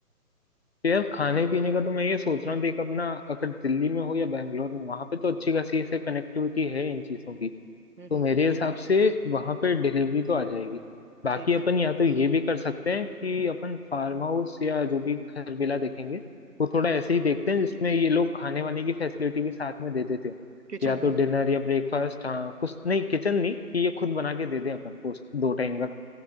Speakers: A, on the left (about 45°); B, on the right (about 85°).
A: तो यार खाने पीने का तो मैं ये सोच रहा हूँ देख अपना अगर दिल्ली में हो या बैंगलोर में वहां पे तो अच्छी खासी ऐसे कनेक्टिविटी है इन चीजों की
B: हम्म
A: तो
B: हम्म,
A: मेरे हिसाब से वहां पे डिलीवरी तो आ जाएगी बाकी
B: ठीक
A: अपन
B: है
A: या तो ये भी कर सकते हैं कि अपन फार्म हाउस या जो भी घर विला देखेंगे वो थोड़ा ऐसे ही देखते हैं जिसमें ये लोग खाने वाने की फैसिलिटी भी साथ में दे देते हैं
B: किचन
A: या तो
B: हो
A: डिनर या ब्रेकफास्ट हाँ कुछ नहीं किचन नहीं कि ये खुद बना के दे दें अपन को उस- दो टाइम का